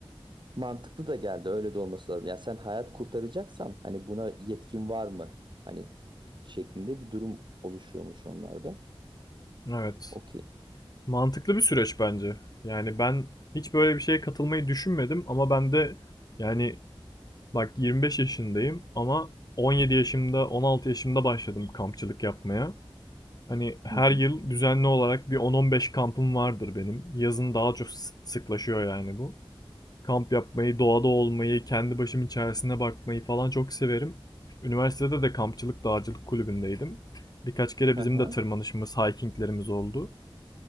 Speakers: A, on the right (about 50°); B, on the left (about 40°).
A: Mantıklı da geldi. Öyle de olması lazım. Yani sen hayat kurtaracaksan hani buna yetkin var mı? Hani şeklinde bir durum oluşuyormuş onlarda.
B: Evet.
A: Okey.
B: Mantıklı bir süreç bence. Yani ben hiç böyle bir şeye katılmayı düşünmedim ama ben de yani bak 25 yaşındayım ama 17 yaşımda 16 yaşımda başladım kampçılık yapmaya. Hani her
A: Hı hı.
B: yıl düzenli olarak bir 10-15 kampım vardır benim. Yazın daha çok sık- sıklaşıyor yani bu. Kamp yapmayı, doğada olmayı, kendi başımın içerisine bakmayı falan çok severim. Üniversitede de kampçılık dağcılık kulübündeydim. Birkaç kere
A: Aha.
B: bizim de tırmanışımız, hikinglerimiz oldu.